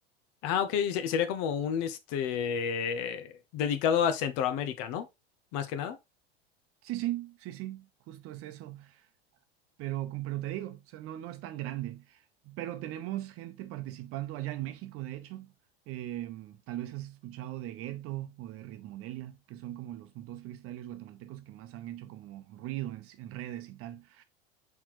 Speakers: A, on the left (about 55°); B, on the right (about 45°).
A: ah, ok, se- sería como un, este, dedicado a Centroamérica, ¿no? Más que nada.
B: Sí, sí, sí, sí, justo es eso. Pero, con- pero te digo, o sea, no, no es tan grande. Pero tenemos gente participando allá en México, de hecho. Em, tal vez has escuchado de Gueto o de Ritmodelia, que son como los dos freestylers guatemaltecos que más han hecho como ruido en, en redes y tal.